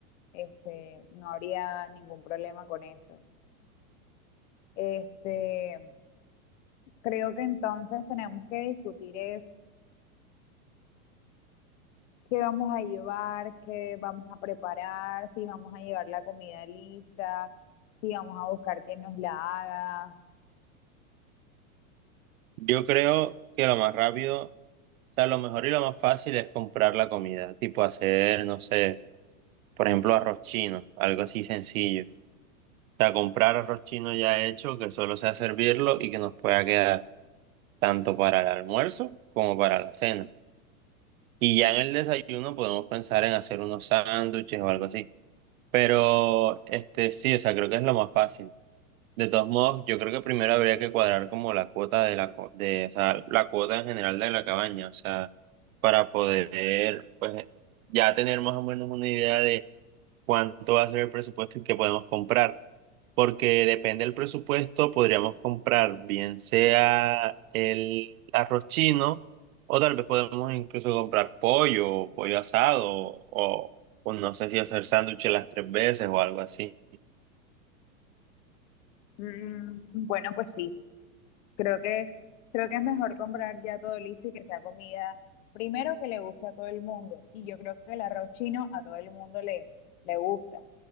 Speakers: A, on the left (about 55°); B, on the right (about 70°).
A: Este, no habría ningún problema con eso. Este, creo que entonces tenemos que discutir es qué vamos a llevar, qué vamos a preparar, si vamos a llevar la comida lista, si vamos a buscar quien nos la haga.
B: yo creo que lo más rápido, o sea, lo mejor y lo más fácil es comprar la comida, tipo hacer, no sé, por ejemplo, arroz chino, algo así sencillo. O sea, comprar arroz chino ya hecho, que solo sea servirlo y que nos pueda quedar tanto para el almuerzo como para la cena. Y ya en el desayuno podemos pensar en hacer unos sándwiches o algo así. Pero, este, sí, o sea, creo que es lo más fácil. De todos modos, yo creo que primero habría que cuadrar como la cuota de la, co- de, o sea, la cuota en general de la cabaña, o sea, para poder, pues, ya tener más o menos una idea de cuánto va a ser el presupuesto y qué podemos comprar. Porque depende del presupuesto, podríamos comprar bien sea el arroz chino, o tal vez podemos incluso comprar pollo, pollo asado, o, o no sé si hacer sándwiches las tres veces o algo así.
A: Mm, bueno, pues sí, creo que creo que es mejor comprar ya todo listo y que sea comida primero que le guste a todo el mundo. Y yo creo que el arroz chino a todo el mundo le, le gusta.